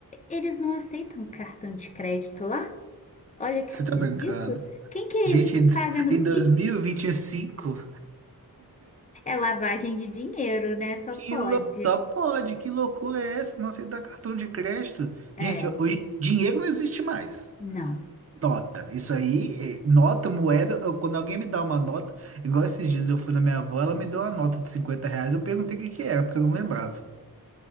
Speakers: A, on the left (about 20°); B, on the right (about 40°).
A: Eles não aceitam cartão de crédito lá? Olha que
B: Você
A: esquisito.
B: tá brincando.
A: Quem que,
B: Gente,
A: que
B: em
A: paga
B: <laughs>
A: no
B: em dois
A: Pix?
B: mil e e vinte e cinco,
A: É lavagem de dinheiro, né? Só
B: que
A: pode.
B: lou... só pode. Que loucura é essa? Não aceitar cartão de crédito.
A: É,
B: Gente, hoje dinheiro não existe mais.
A: não.
B: Nota. Isso aí, eh, nota, moeda. eu- Quando alguém me dá uma nota, igual esses dias eu fui na minha avó, ela me deu uma nota de 50 reais. Eu perguntei o que que era, porque eu não lembrava.